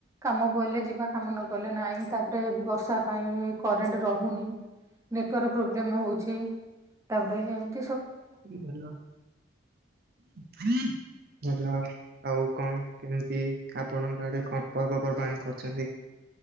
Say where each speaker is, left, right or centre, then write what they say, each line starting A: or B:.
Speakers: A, on the right; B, on the right.
A: କାମ ପଇଲେ ଯିବା କାମ ନ ପଇଲେ ନାହ୍ନି। ତାପରେ ବର୍ଷା ପାଇଁ କରେଣ୍ଟ ରହୁନି ନେଟୱାର୍କ ପ୍ରୋବ୍ଲେମ ହଉଛି। ତାପରେ ଏମତି।
B: କଣ କରିବା ଭଲ ଆଉ। ଆଉ କଣ କେମିତି ଆପଣଙ୍କ ଆଡେ କଣ ପର୍ବପର୍ବାଣି କରୁଛନ୍ତି।